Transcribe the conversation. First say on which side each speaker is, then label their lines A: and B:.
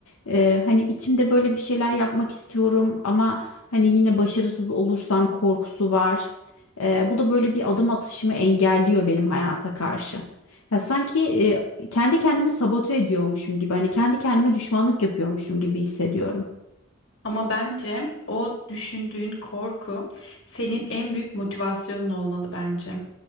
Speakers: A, on the left; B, on the left.
A: Eee, hani içimde böyle bir şeyler yapmak istiyorum ama hani yine başarısız olursam korkusu var. Eee, bu da böyle bir adım atışımı engelliyor benim hayata karşı. Ya sanki eee, kendi kendimi sabote ediyormuşum gibi, hani kendi kendime düşmanlık yapıyormuşum gibi hissediyorum.
B: Ama bence o düşündüğün korku senin en büyük motivasyonun olmalı bence.